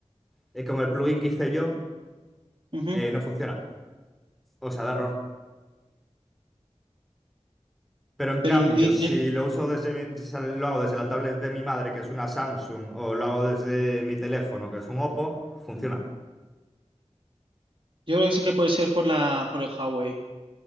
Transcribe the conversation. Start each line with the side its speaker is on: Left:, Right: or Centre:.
Centre: eh, con el plugin que hice yo...
Right: Ujú.
Centre: eh, no funciona. O sea, da error. Pero en
Right: Pero
Centre: cambio,
Right: en- y-
Centre: si
Right: en-
Centre: lo uso desde si lo hago desde la tablet de mi madre, que es una Samsung, o lo hago desde mi teléfono, que es un Oppo, funciona.
Right: yo creo que sí que puede ser por la, por el Huawei,